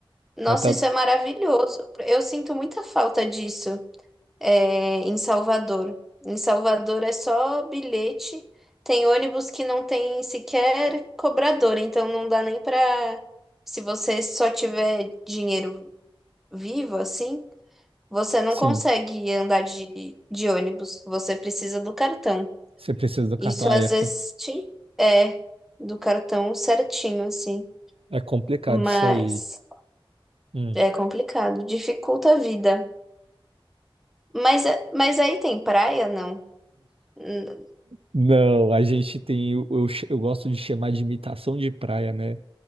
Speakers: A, in the centre; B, on the right.
A: Nossa,
B: Aí tá,
A: isso é maravilhoso. Eu sinto muita falta disso, é, em Salvador. Em Salvador é só bilhete. Tem ônibus que não tem sequer cobrador, então não dá nem para. Se você só tiver dinheiro vivo, assim. Você não
B: sim,
A: consegue andar de, de ônibus, você precisa do cartão.
B: você precisa do cartão,
A: Isso
B: aí
A: às
B: é, com-
A: vezes te- é do cartão certinho, assim,
B: é complicado
A: mas
B: isso aí. Hum.
A: é complicado, dificulta a vida. Mas, é- mas aí tem praia, não? Hum,
B: Não, a gente tem, o- eu, ch- eu gosto de chamar de imitação de praia, né?